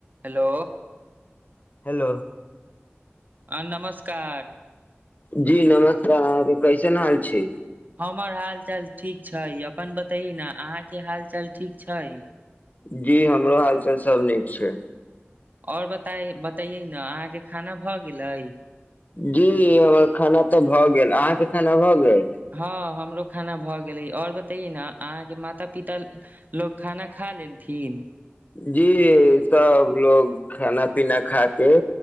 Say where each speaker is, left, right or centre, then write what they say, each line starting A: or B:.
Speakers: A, on the right; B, on the left.
A: Hello
B: hello
A: आ नमस्कार
B: जी नमस्कार अहाँके कैसन हाल छै
A: हमर हाल चाल ठीक छै अपन बतैही न अहाँके हाल चाल ठीक छै
B: जी हमरो हालचाल सब नीक छै
A: और बताइ बतैैयै न अहाँके खाना भऽ गेलै
B: जी हमर खाना तऽ भए गेल अहाँके खाना भऽ गेल
A: हँ हम हमरो खाना भऽ गेलै और बतैे ही न अहाँके माता पिता लोग खाना खा लेलथिन
B: जी सब लोग खाना पीना खा के